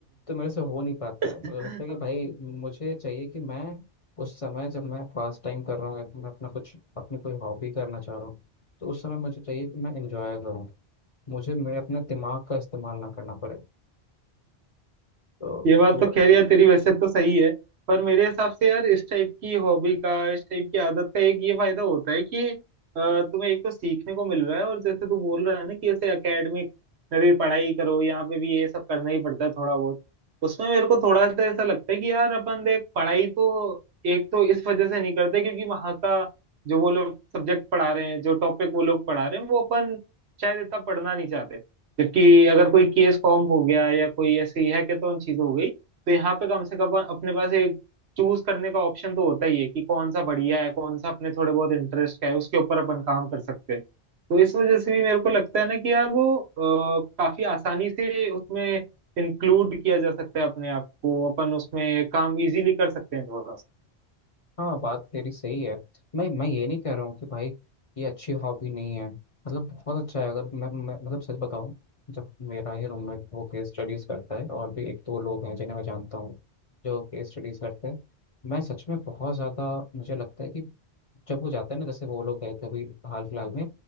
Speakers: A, on the left; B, on the right.
A: तो मेरे से हो नहीं पाता है
B: <laughs>
A: मुझे लगता है कि भाई मुझे चाहिए कि मैं उस समय जब मैं फर्स्ट टाइम कर रहा हूँ या मैं अपना कुछ अपनी कोई हॉबी करना चाह रहा हूँ तो उस समय मुझे चाहिए कि मैं इंजॉय करूँ मुझे मेरे अपने दिमाग का इस्तेमाल ना करना पड़े तो
B: ये बात तो खैर यार तेरी वैसे तो सही है पर मेरे हिसाब से यार इस टाइप की हॉबी का इस टाइप की आदत का एक ये फायदा होता है कि अ, तुम्हें एक तो सीखने को मिल रहा है और जैसे तू बोल रहा है ना कि ऐसे एकेडमिक में भी पढ़ाई करो यहाँ पे भी ये सब करना ही पड़ता है थोड़ा बहुत उसमें मेरे को थोड़ा सा ऐसा लगता है कि यार अपन देख पढ़ाई तो एक तो इस वजह से नहीं करते क्योंकि वहाँ का जो वो लोग सब्जेक्ट पढ़ा रहे हैं जो टॉपिक वो लोग पढ़ा रहे हैं वो अपन शायद इतना पढ़ना नहीं चाहते जबकि अगर कोई केस फॉर्म हो गया या कोई ऐसी हैकेथॉन चीज हो गई तो यहाँ पे कम से कम अपने पास एक चूज करने का ऑप्शन तो होता ही है कि कौन सा बढ़िया है कौन सा अपने थोड़े बहुत इंटरेस्ट का है उसके ऊपर अपन काम कर सकते हैं तो इस वजह से भी मेरे को लगता है ना कि यार वो अ, काफी आसानी से उसमें इंक्लूड किया जा सकता है अपने आप को अपन उसमें काम इजीली कर सकते हैं थोड़ा सा।
A: हाँ बात तेरी सही है मैं मैं ये नहीं कह रहा हूँ कि भाई ये अच्छी हॉबी नहीं है मतलब बहुत अच्छा है अगर मैं, मैं मतलब सच बताऊँ जब मेरा ही रूममेट वो केस स्टडीज़ करता है और भी एक दो लोग हैं जिन्हें मैं जानता हूँ जो केस स्टडीज़ करते हैं मैं सच में बहुत ज़्यादा मुझे लगता है कि जब वो जाता है ना जैसे वो लोग गए थे अभी हाल फिलहाल में